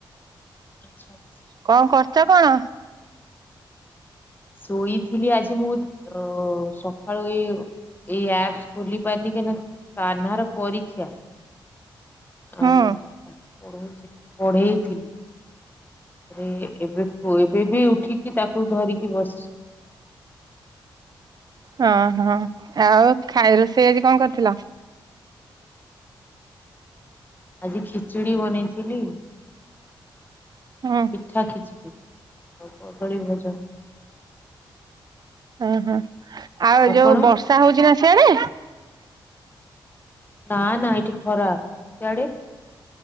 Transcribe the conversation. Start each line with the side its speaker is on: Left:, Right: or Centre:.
Left: ଆଚ୍ଛା।
Right: କଁ କରୁଚ କଣ?
Left: ଶୋଇଥିଲି ଆଜି ମୁତ୍। ଓ ସକାଳୁ ଏ ଏଇ ଆପସ୍ ଖୁଲି ପାରନି କେ ନ କାହ୍ନା ର ପରୀକ୍ଷା। ଆଉ
Right: ହୁଁ
Left: ପଢଉଥିଲି ପଢେଇଥିଲି। ରେ ଏବେ ଏବେ ବି ଉଠିକି ତାକୁ ଧରିକି ବସଛି।
Right: ହଁ ହଁ ଆଉ ଖାଇ ରୋଷେଇ ଆଜି କଣ କରିଥିଲ?
Left: ଆଜି ଖିଚଡି ବନେଇଥିଲି।
Right: ହଁ।
Left: ମିଠା ଖିଚଡ଼ିି ଆଉ କଦଳୀ ଭଜା।
Right: ଅଁ ହ ଆଉ
Left: ଆପଣ
Right: ଯୋଉ ବର୍ଷା ହଉଚି ନା ସିଆଡେ।
Left: ନା ନା ଏଠି ଖରା ସିଆଡେ?